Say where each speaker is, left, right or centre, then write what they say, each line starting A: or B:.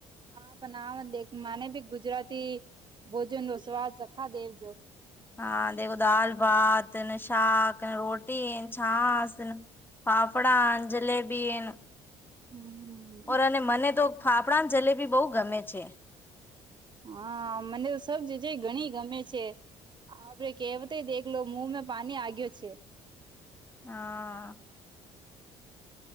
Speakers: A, on the right; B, on the left.
A: હા પણ આ મને ભી ગુજરાતી ભોજન નો સ્વાદ સખા દેવજો
B: હા દેવો દાલ, ભાતને, શાક, રોટી પીન્ છાસ પાપડા જલેબી એ
A: હમ્મ.
B: ઓ અને મને તો ફાફડાની જલેબી બહુ ગમે છે.
A: હા મને તો સબજિ ઘણી ગમે છે. આપડે કેવતય દેખલો મુમાં પાણી આગયો છે.
B: હા